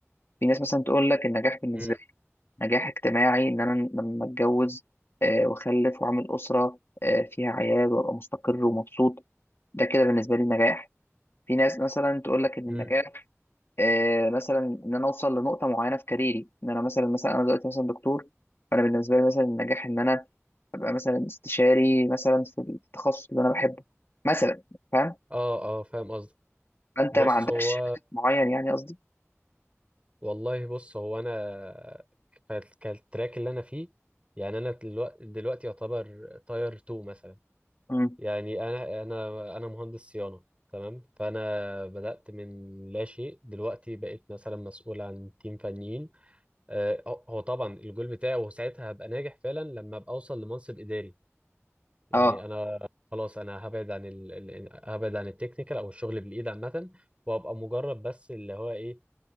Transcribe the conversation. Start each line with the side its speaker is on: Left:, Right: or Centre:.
Left: في ناس مثلا تقول لك النجاح بالنسبه
Right: مم.
Left: لي نجاح اجتماعي ان انا لما اتجوز آه، واخلف واعمل اسره آه، فيها عيال وابقى مستقر ومبسوط ده كده بالنسبه لي نجاح في ناس مثلا تقول لك ان
Right: مم.
Left: النجاح آه، مثلا ان انا اوصل لنقطه معينه في كاريري ان انا مثلا مثلا انا دلوقتي مثلا دكتور فانا بالنسبه لي مثلا النجاح ان انا ابقى مثلا استشاري مثلا في التخصص اللي انا بحبه مثلا فاهم
Right: اه اه فاهم قصدك
Left: فانت
Right: بص
Left: ما عندكش
Right: هو
Left: هدف معين يعني قصدي
Right: والله بص هو انا كالتراك اللي انا فيه يعني انا دلوقتي, دلوقتي يعتبر تاير 2 مثلا
Left: مم.
Right: يعني انا انا انا مهندس صيانه تمام فانا بدات من لا شيء دلوقتي بقيت مثلا مسؤول عن تيم فنيين آه، هو هو طبعا الجول بتاعي وساعتها هبقى ناجح فعلا لما ابقى اوصل لمنصب اداري يعني
Left: اه
Right: انا خلاص انا هبعد عن ال... ال- هبعد عن التكنيكال او الشغل بالايد عامه وابقى مجرد بس اللي هو ايه